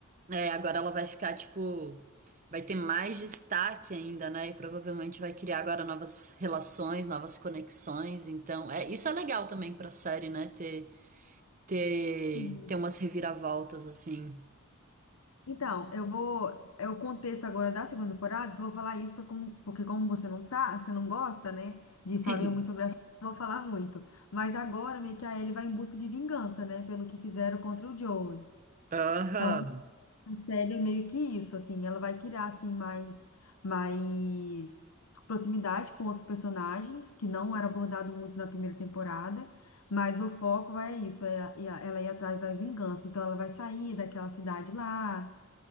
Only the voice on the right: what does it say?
É, agora ela vai ficar tipo, vai ter mais destaque ainda, né? E provavelmente vai criar agora novas relações, novas conexões. Então, é, isso é legal também pra série, né? Ter ter,
ter umas reviravoltas assim.
<laughs>
Aham.